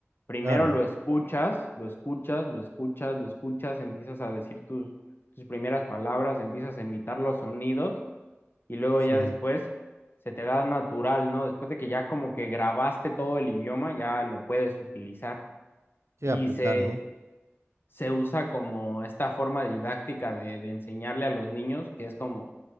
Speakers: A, on the left; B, on the right.
A: Primero
B: Claro,
A: lo escuchas, lo escuchas, lo escuchas, lo escuchas, empiezas a decir tus, tus primeras palabras, empiezas a imitar los sonidos y luego
B: sí,
A: ya después se te da natural, ¿no? Después de que ya como que grabaste todo el idioma, ya lo puedes utilizar
B: sí,
A: y
B: aplicar,
A: se,
B: ¿no?
A: se usa como esta forma didáctica de, de enseñarle a los niños, que es como